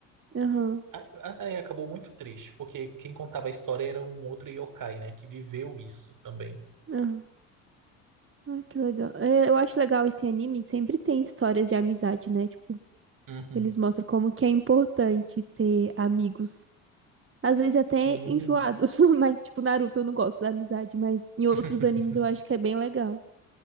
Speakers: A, on the right; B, on the right.
A: Aham.
B: Aí, aí acabou muito triste, porque quem contava a história era um outro yokai, né? Que viveu isso também.
A: Aham. Ai, que legal. É, eu acho legal esse anime, sempre tem histórias de amizade, né? Tipo,
B: Uhum.
A: Eles mostram como que é importante ter amigos. Às vezes até
B: Sim.
A: enjoado, <laughs> mas tipo Naruto eu não gosto da amizade, mas em outros
B: <laughs>
A: animes eu acho que é bem legal.